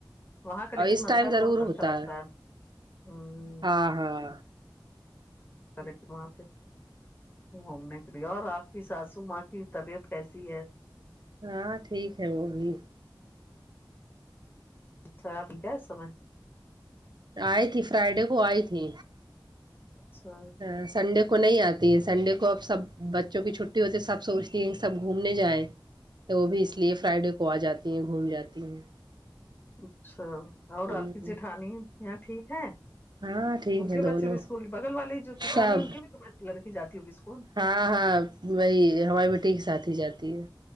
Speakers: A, on the left; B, on the right.
A: وہاں کا لیکن
B: اور اس
A: منظر
B: ٹائم ضرور
A: بہت اچھا
B: ہوتا
A: لگتا ہے ہوں
B: ہاں ہاں
A: چلے کے وہاں پہ گھومنے کے لیے اور آپ کی ساسو ماں کی طبیعت کیسی ہے
B: ہاں ٹھیک ہے وہ بھی
A: اچھا <unintelligible> ہے اس سمے
B: آئی تھی فرائیڈے کو آئی تھی
A: اچھا
B: ا سنڈے کو نہیں آتی ہے سنڈے کو اب سب بچوں کی چھٹی ہوتی ہے سب سوچتی ہے کہ سب گھومنے جائیں تو وہ بھی اس لیے فرائیڈے کو آ جاتی ہیں گھوم جاتی ہیں
A: اچھا اور
B: ہوں،
A: آپ کی جٹھانی یہاں ٹھیک ہے
B: ہاں ٹھیک
A: ان کے
B: ہے دونوں
A: بچے بھی اسکول بغل والی جو چٹھانی
B: سب
A: ان کے بھی لڑکی جاتی ہوگی اسکول
B: ہاں ہاں وہی ہماری بیٹی کے ساتھ ہی جاتی ہے